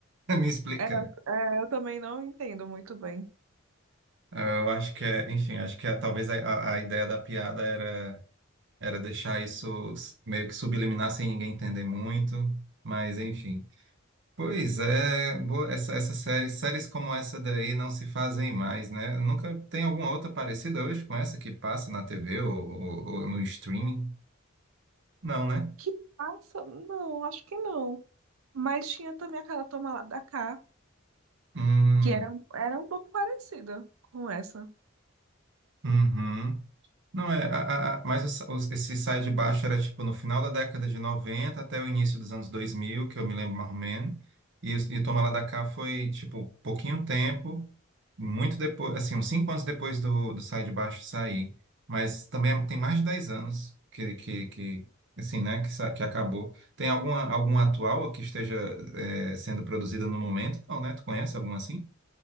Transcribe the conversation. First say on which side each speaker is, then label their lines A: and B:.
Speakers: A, on the right (about 60°); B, on the right (about 75°).
A: <laughs> Me explicar.
B: É, é, eu também não entendo muito bem.
A: Ah, Eu acho que é, enfim, acho que é- talvez a, a a ideia da piada era. Era deixar isso meio que subliminar sem ninguém entender muito, mas enfim. Pois é, boa- essa, essa série, séries como essa daí não se fazem mais, né? Nunca tem alguma outra parecida hoje com essa que passa na TV ou, ou- ou no streaming? Não, né?
B: Que passa? Não, acho que não. Mas tinha também aquela toma lá da cá.
A: Hum,
B: que era, um, era um pouco parecida com essa.
A: uhum. Não, é, a, a, a- mas os- os- esse sai de baixo era tipo no final da década de 90 até o início dos anos 2000, que eu me lembro mais ou menos. E, os- e Toma Lá da Cá foi tipo pouquinho tempo, muito depois, assim, uns cinco anos depois do, do Sai de Baixo sair. Mas também tem mais de 10 anos que, que, que assim, né, que, sa- que acabou. Tem alguma, alguma atual que esteja é, sendo produzida no momento? Não, né? Tu conhece alguma assim?